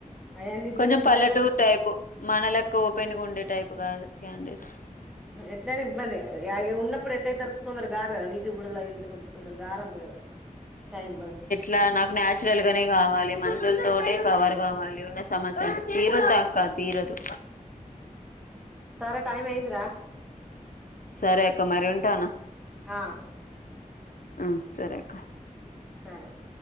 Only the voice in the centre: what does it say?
అవన్నీ తీయకపోతే
ఎట్లా
ఎట్లనా ఇబ్బంది యాయి ఉన్నప్పుడు ఎట్లైతరు తొందర గారు కదా నీతి బుడుగులు అయి ఇంత కొద్ది తొందరగా గారంట కదా టైం పడతది
సరే టైమ్ అయింది రా
ఆ
సరే మా